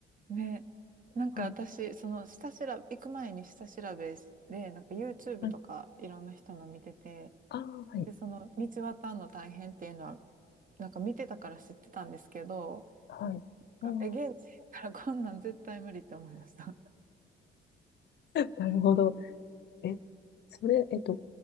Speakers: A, on the right; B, on the left.
A: ね。なんか私、
B: はい。
A: その下調べ、行く前に下調べで、なんか YouTube
B: はい。
A: とかいろんな人の見てて、
B: ああ、はい。
A: で、その道渡るの大変っていうのは、なんか見てたから知ってたんですけど、
B: はい。ああ、
A: なんかえ、現地行ったらこんなん絶対無理って思いました。
B: <laughs> なるほど。え、それ、えっと、